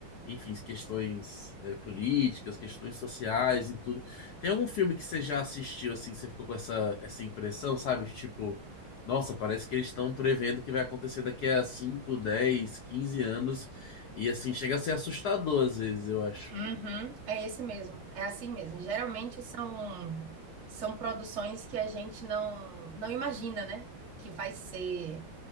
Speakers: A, on the left; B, on the right.
A: enfim, questões é, políticas, questões sociais e tudo. Tem algum filme que você já assistiu assim, que você ficou com essa, essa impressão, sabe? Tipo, nossa, parece que eles estão prevendo o que vai acontecer daqui a 5 10 15 anos, e assim chega a ser assustador às vezes, eu acho.
B: Uhum, é esse mesmo. É assim mesmo. Geralmente são são produções que a gente não não imagina, né? Que vai ser